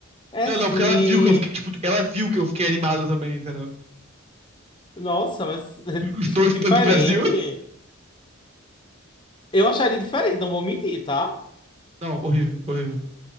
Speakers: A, on the left; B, on the right.
A: é
B: Não,
A: sim.
B: não, porque ela viu que eu fiquei, tipo, ela viu que eu fiquei animado também, entendeu?
A: Nossa, mas
B: Tudo
A: <laughs>
B: que os dois
A: que diferente.
B: do Brasil. <laughs>
A: Eu acharia diferente, não vou mentir, tá?
B: Não, horrível, horrível.